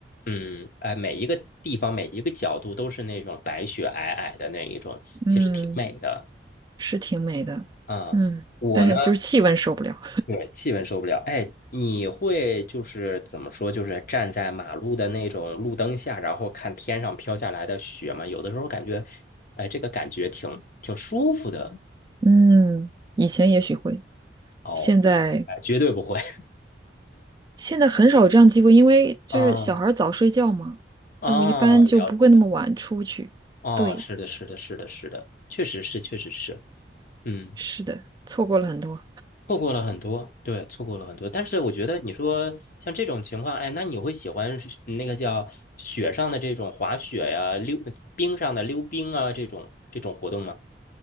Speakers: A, on the left; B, on the right.
A: 嗯，哎，每一个地方每一个角度都是那种白雪皑皑的那一种，其实挺美的。
B: 嗯，是挺美的，
A: 嗯，
B: 嗯，
A: 我呢。
B: 但是就是气温受不了，
A: 对，气温受不了。哎，你会就是怎么说，就是站在马路的那种路灯下，然后看天上飘下来的雪吗？有的时候感觉，哎，这个感觉挺挺舒服的
B: 嗯，以前也许会，
A: 哦。
B: 现在
A: 哎，绝对不会。<laughs>
B: 现在很少有这样机会，因为就是小孩儿早睡觉嘛，
A: 嗯啊，
B: 那我一般就不会那么晚出去，
A: 了解了。哦，
B: 对，
A: 是的，是的，是的，是的，确实是，确实是。嗯。
B: 是的，错过了很多，
A: 错过了很多，对，错过了很多。但是我觉得你说像这种情况，哎，那你会喜欢是那个叫雪上的这种滑雪呀、溜冰上的溜冰啊这种这种活动吗？